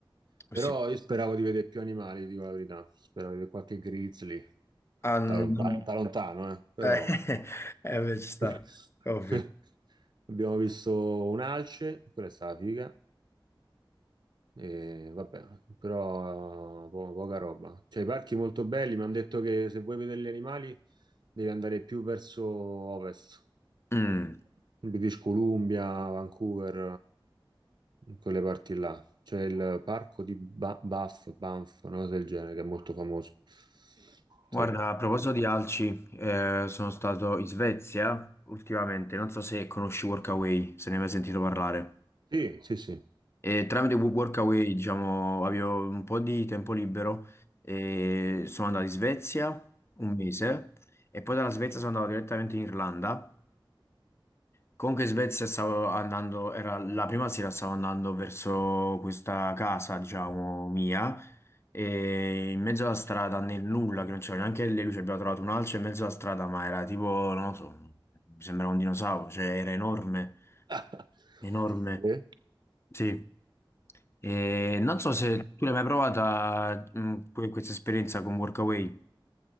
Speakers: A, on the left; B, on the right.
A: Questi...
B: Però io speravo di vedere più animali, dico la verità. Speravo di vedere qualche grizzly,
A: Ah, non-
B: da, lonta- da lontano, eh, però...
A: eh, <laughs> eh, beh, ci sta,
B: <laughs>
A: ovvio.
B: Abbiamo visto un alce, quella è stata figa. E vabbè, però po- poca roba. Cioè, i parchi molto belli, mi hanno detto che se vuoi vedere gli animali devi andare più verso ovest,
A: Mm.
B: British Columbia, Vancouver, eh, in quelle parti là. C'è il parco di Ba- Banff, Banff, una cosa del genere, che è molto famoso. Sì,
A: Guarda, a proposito di alci, eh, sono stato in Svezia ultimamente, non so se conosci Workaway, se ne hai mai sentito parlare.
B: sì, sì. sì.
A: E tramite Workaway, diciamo, avevo un po' di tempo libero e sono andato in Svezia un mese e poi dalla Svezia sono andato direttamente in Irlanda. Comunque in Svezia stavo andando, era la prima sera stavo andando verso questa casa, diciamo, mia e in mezzo alla strada nel nulla, che non c'era neanche le luci, abbiamo trovato un alce in mezzo alla strada, ma era tipo, non lo so, mi sembrava un dinosauro, cioè era enorme,
B: <laughs>
A: enorme,
B: Eh?
A: sì. E non so se tu l'hai mai provata, mh, que- questa esperienza con Workaway.